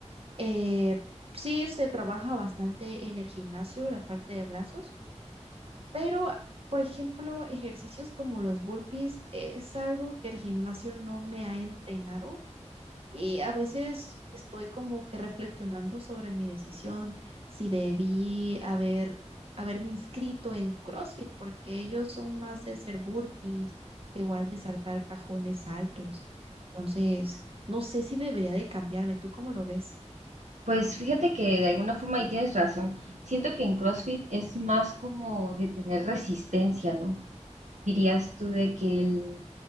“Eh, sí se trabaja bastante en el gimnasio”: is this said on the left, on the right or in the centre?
Right